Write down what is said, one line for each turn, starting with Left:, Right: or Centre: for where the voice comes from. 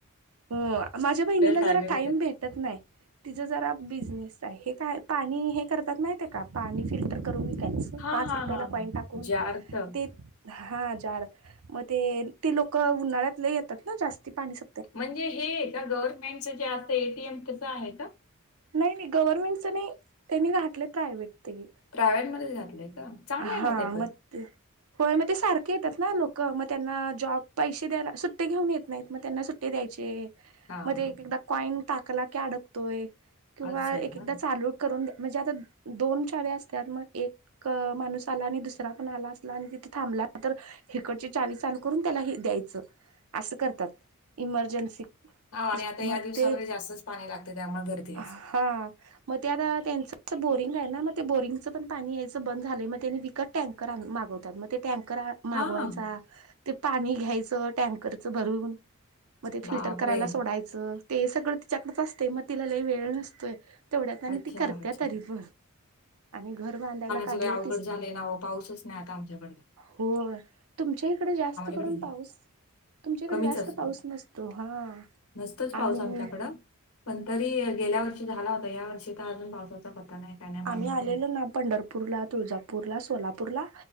Right: हो माझ्या बहिणीला जरा
Left: टाईम नाही
Right: टाइम भेटत नाही तिचं जरा बिझनेस आहे हे काय पाणी हे करतात माे का पाणी फिल्टर करून विकायचं
Left: हां,
Right: पाच
Left: हां,
Right: रुपयाेला
Left: हां,
Right: कॉईंन
Left: हां.
Right: टाकून
Left: जार्थ
Right: ते हा जार मग ते ते लोक उन्हाळ्यातले येतात ना जास्ती पाणी स
Left: म्हणजे हे आहे का गव्हर्नमेंटचं जे असं एटीएम तसं आहे का
Right: नाही नाही गव्हर्नमेंटचं नाही त्यांनी घाठले प्रायव्हेट ते
Left: प्रायव्हेट मध्ये घातलंय का चांगलं
Right: हा
Left: आहे ना ते पण.
Right: म होय मग ते सारखे येतात ना लोक मग त्यांना जॉब पैसे द्यायला सुट्टे घेऊन येत नाहीत मग त्यांना सुट्टे द्यायचे
Left: हां,
Right: मध्ये
Left: हां.
Right: एक एकदा कॉईन टाकला क अडकतोय किंवा
Left: असं
Right: एक
Left: आहे का?
Right: एकदा चालू करून्या म्हणजे आता दोन चावे असतात मग एक माणूस आला आणि दुसरा पण आला असला आणि तिथे थांबला तर हिकडची चावी चालू करून त्याला हे द्यायचं असं करतात इमर्जन्सी
Left: होा आणि आता या
Right: मग
Left: दिवसामध्ये
Right: ते
Left: जास्तच पाणी लागत त्यामुळे गर्दी असं
Right: हा मग ते आता त्यांचं बोरिंग आहे ना मग ते बोरिंगचं पण पाणी यायच... बंद झालय मग त्यानी विकत टँ मागवतात मग ते टँकर मागवायचा
Left: हां,
Right: ते पाणी घ्यायचं टँकरचं भरून मग ते फिल्टर
Left: बापरे!
Right: करायला सोडायचं... ते सगळं तिच्याकडच असते मग तिला लई वेळ नसतोय.. तेवढ्यात आणि
Left: अच्छा,
Right: ती करत्या
Left: अच्छा.
Right: तरी पण आणि घर बांधायला.. काढले
Left: सग अवघड
Right: तीस
Left: झाले ना पाऊसच नाही आता आमच्याकड...
Right: हो तुमच्या इकडे जास्त करून
Left: भेटेल नाही,
Right: पाऊस... तुमच्याकडे
Left: कमीच
Right: जास्त
Left: असतो.
Right: पाऊस नसतो हा
Left: नसतोच पाऊस
Right: आणि...
Left: आमच्याकडं. पण तरी गेल्या वर्षी झाला होता या वर्षी तर अजून पावसाचा पता नाही... काय नाही मारणार
Right: आम्ही आलेलो
Left: तो.
Right: ना पंढरपूरला तुळजापूरला सोलापूरला